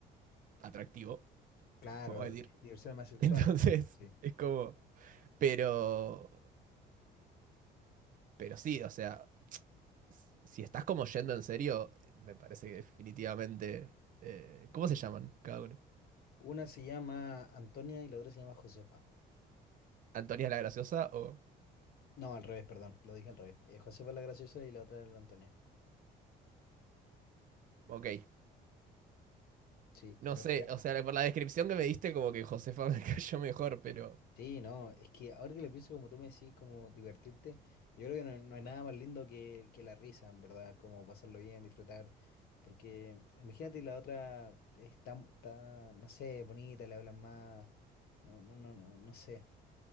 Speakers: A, on the right; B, on the left.
A: atractivo.
B: Claro,
A: vamos a decir.
B: di- diversión
A: <laughs>
B: más sexual.
A: Entonces,
B: Sí.
A: es como, pero, pero sí, o sea, s- si estás como yendo en serio, me parece que definitivamente, eh, ¿cómo se llaman cada uno?
B: Una se llama Antonia y la otra se llama Josefa.
A: ¿Antonia la Graciosa o...?
B: No, al revés, perdón, lo dije al revés. Eh, Josefa es la graciosa y la otra es la Antonia.
A: Ok,
B: Sí,
A: no
B: pero
A: sé,
B: mira,
A: o sea, por la descripción que me diste como que Josefa <laughs> me cayó mejor, pero...
B: Sí, no, es que ahora que lo pienso, como tú me decís, como divertirte, yo creo que no, no hay nada más lindo que, que la risa, en verdad, como pasarlo bien, disfrutar, porque imagínate la otra es tan, tan, no sé, bonita, le hablan más, no, no, no, no, no sé,